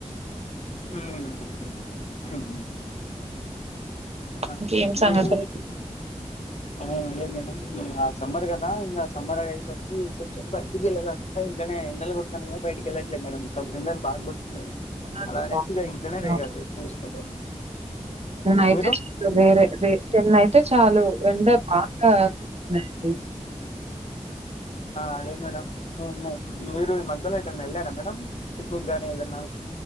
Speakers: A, on the left; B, on the right.
A: ఉమ్ ఉం ఆ
B: ఇంకేం
A: నేను
B: సంగతులు?
A: ఆ అదే మేడం ఆ సమ్మర్ కదా ఇగ సమ్మర్గాసరికి కొంచెం బయటికీ వెళ్లడానికి ఇంట్లనే ఎండలు కుడతన్నాయి కద బయటికి వెళ్ళట్లేదు మేడం ఎండలు బాగా కొడు
B: అవునండి
A: అలా అనేసి ఇక ఇంట్లోనే
B: బాగున్నాం.
A: రెస్ట్ తీసుకుంటూ
B: అయితే
A: మీరు
B: చాలు వేరే వే టెన్ అయితే చాలు ఎండ బాగాంటన్నాయండి
A: అదే మేడం మీరు ఈ మధ్యలో ఎట వెళ్ళాడా మేడం పిక్నిక్ కాగానీ ఏదన్నా